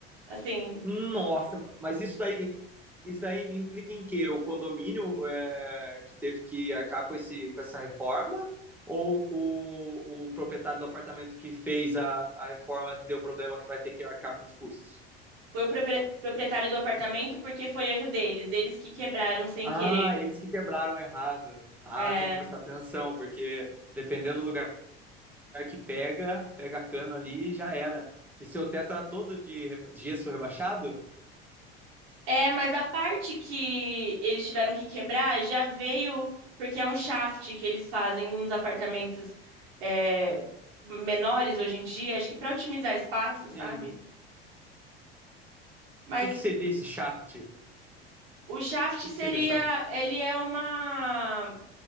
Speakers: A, on the right; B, in the centre.
A: Assim,
B: Nossa, mas isso daí, isso daí implica em quê? O condomínio é, que teve que arcar com esse, com essa reforma? Ou o, o proprietário do apartamento que fez a, a reforma que deu problema que vai ter que arcar com os custos?
A: foi o propre- proprietário do apartamento porque foi erro deles, eles que quebraram sem
B: Ah,
A: querer.
B: eles que quebraram errado. Ah,
A: É.
B: tem que prestar atenção, porque dependendo do lugar que pega, pega cano ali e já era. E seu teto era todo de re- gesso rebaixado?
A: É, mas a parte que eles tiveram que quebrar já veio porque é um shaft que eles fazem nos apartamentos é, menores hoje em dia, acho que para otimizar espaço, sabe?
B: Sim.
A: Mas
B: O que que seria esse shaft? O
A: o shaft
B: que
A: seria,
B: que seria essa?
A: ele é uma